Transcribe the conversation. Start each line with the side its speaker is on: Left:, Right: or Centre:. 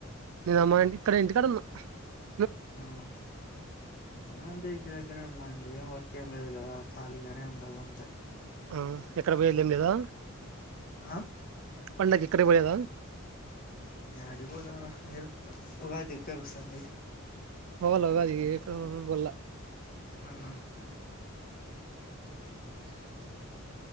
Right: నేనమ్మా ఇంటి ఇక్కడే ఇంటికాడున్న
Left: ఆను నేన అంతే ఇంటి దగ్గరే ఉన్నాంకేం వర్క్ ఏం లేదు కదా, ఖాళీగానే ఉండాలంతే
Right: ఆ ఎక్కడ పోయేదెం లేదా
Left: ఆ
Right: పండక్కి ఎక్కడ పోలేద
Left: యాడిబోదంర మీరు ఉగాది దగ్గరోస్తాంది.
Right: పోవాల్ల ఉగాదికి బొల్ల
Left: ఆహా మధనిచ్చ